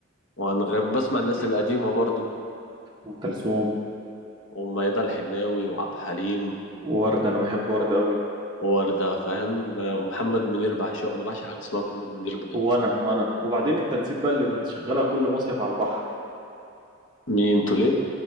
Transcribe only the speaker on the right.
أم كلثوم
ورد انا بحب ورد قوي
وانا وانا وبعدين انت نسيت بقى اللي بنشغلها كل مصيف على البحر